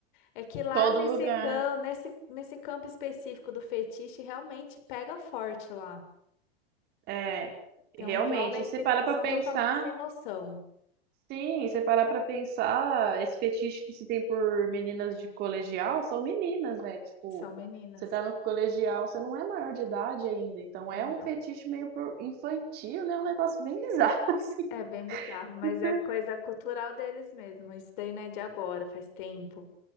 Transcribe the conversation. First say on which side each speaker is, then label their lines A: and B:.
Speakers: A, on the left (about 50°); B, on the right (about 30°).
A: É que lá
B: Todo
A: nesse
B: lugar.
A: campo, nesse, nesse campo específico do fetiche, realmente pega forte lá.
B: É,
A: Tem
B: realmente.
A: uns homens
B: E você
A: que
B: para
A: tão-
B: pra
A: são
B: pensar.
A: totalmente sem noção.
B: Sim, e você parar pra pensar, esse fetiche que se tem por meninas de colegial são meninas, né? Tipo,
A: São meninas.
B: você tá no colegial, você não é maior de idade ainda, então
A: Não.
B: é um fetiche meio pro- infantil, né? É Um negócio bem bizarro, <laughs> assim.
A: É bem bizarro, mas
B: Então,
A: é coisa cultural deles mesmo. Isso daí não é de agora, faz tempo.